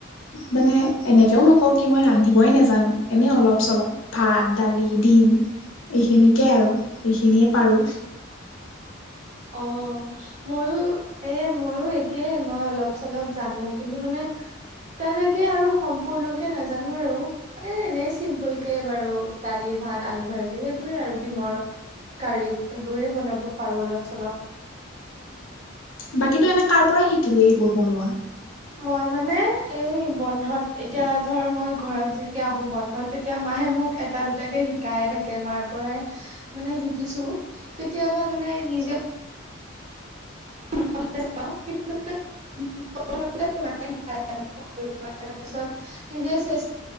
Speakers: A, on the left (about 80°); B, on the right (about 35°).
A: মানে এনেকেও নকওঁ কি মই ৰান্ধিবই নোজানো, এনেই অলপ চলপ। ভাত দালি ডিম এইখিনিকে আৰু এইখিনিয়ে পাৰো।
B: অ' ময়ো এ ময়ো একেই মই অলপ চলপ জানো। কিন্তু মানে তেনেকে আৰু সম্পূৰ্ণকে নাজানো আৰু। এ এনেই চিম্পুল কে বাৰু দালি ভাত আলু ভাজি সেইবোৰে আৰু ডিমৰ কাৰী এইবোৰেই বনাব পাৰো অলপ চলপ।
A: বাকীটো এনে কাৰ পৰা শিকিলে এইবোৰ বনোৱা?
B: মই মানে এই বন্ধত এতিয়া ধৰ মই ঘৰত যেতিয়া আহো বন্ধ এতিয়া মায়ে মোক এটা দুটাকে শিকায়ে থাকে। মাৰ পৰাই মানে শিকিছো। কেতিয়াবা মানে নিজে <unintelligible> পাছত নিজে চেষ্ট <unintelligible>